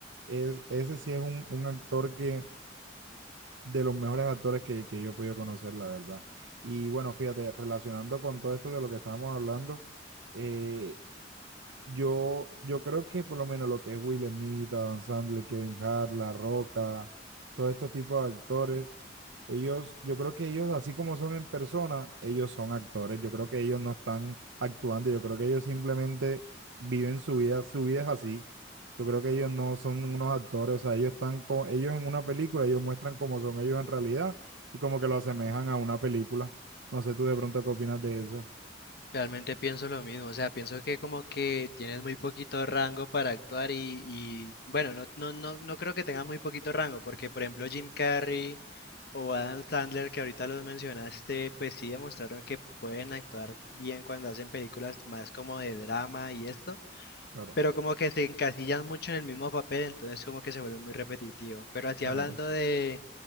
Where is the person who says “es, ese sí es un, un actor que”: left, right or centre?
Right